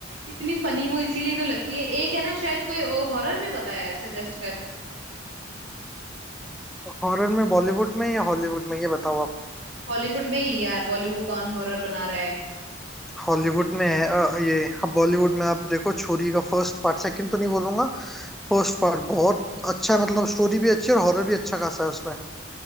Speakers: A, on the right (about 75°); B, in the centre.
A: इतनी फनी वो इसीलिए तो लगती है एक है ना शायद कोई हॉरर में बता यार सजेस्ट कर
B: हॉरर में बॉलीवुड में या हॉलीवुड में ये बताओ आप
A: हॉलीवुड में ही यार बॉलीवुड कौन हॉरर बना रहा है
B: हॉलीवुड में है अ, ये अब बॉलीवुड में आप देखो छोरी का फर्स्ट पार्ट सेकंड तो नहीं बोलूंगा फर्स्ट पार्ट बहुत अच्छा है मतलब स्टोरी भी अच्छी है और हॉरर भी अच्छा खासा है उसमें